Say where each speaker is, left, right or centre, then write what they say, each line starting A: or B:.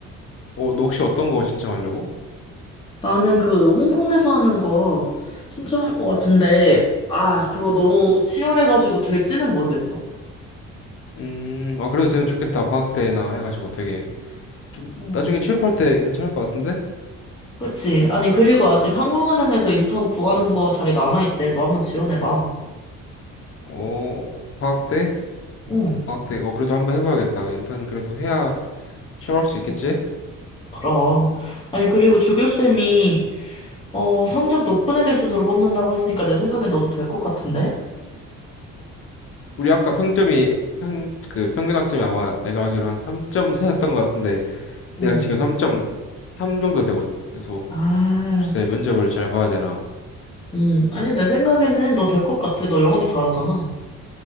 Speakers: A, on the left (about 45°); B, on the left (about 15°).
A: 어, 너 혹시 어떤 거 신청하려고?
B: 나는 그 홍콩에서 하는 거 신청할 것 같은데, 아, 그거 너무 치열해가지고 될지는 모르겠어.
A: 음, 아, 그래도 되면 좋겠다. 방학 때나 해가지고 되게 좀
B: 음.
A: 나중에 취업할 때 괜찮을 것 같은데?
B: 그치? 아니, 그리고 아직 한국은행에서 인턴 구하는 거 자리 남아있대. 너 한번 지원해봐.
A: 어, 방학 때?
B: 응.
A: 방학 때, 어, 그래도 한번 해봐야겠다. 인턴 그래도 해야 취업할 수 있겠지?
B: 응. 그럼. 아니, 그리고 조교쌤이, 어, 성적 높은 애들 순으로 뽑는다고 했으니까 내 생각엔 너도 될 것 같은데?
A: 우리 아까 평점이 평, 그 평균 학점이 아마 내가 알기로 한 3.4 됐던 것 같은데
B: 응.
A: 내가 지금 3.3 정도 되거든. 그래서
B: 아.
A: 글쎄 면접을 잘 봐야 되나.
B: 음, 아니, 내 생각에는 너 될 것 같아. 너 영어도 잘하잖아.